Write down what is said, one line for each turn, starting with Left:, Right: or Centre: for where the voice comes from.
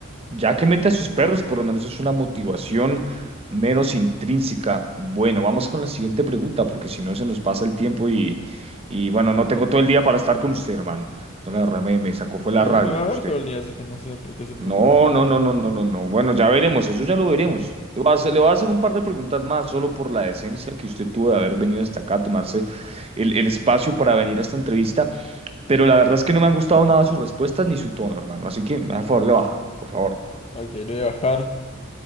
Right: ya que mete a sus perros, por lo menos es una motivación menos intrínseca. Bueno, vamos con la siguiente pregunta, porque si no se nos pasa el tiempo y, y bueno, no tengo todo el día para estar con usted, hermano. No, la verdad me, me sacó fue la
Left: Luego
Right: rabia
Left: me va a ver
Right: usted.
Left: todo el día, así que no sé por qué se preocupa,
Right: No,
Left: pero...
Right: no, no, no, no, no, no. Bueno, ya veremos, eso ya lo veremos. Le voy a hacer, le voy a hacer un par de preguntas más, solo por la decencia que usted tuvo de haber venido hasta acá a tomarse el, el espacio para venir a esta entrevista, pero la verdad es que no me han gustado nada sus respuestas ni su tono, hermano. Así que, a favor, le baja, por favor.
Left: Ok, le voy a bajar.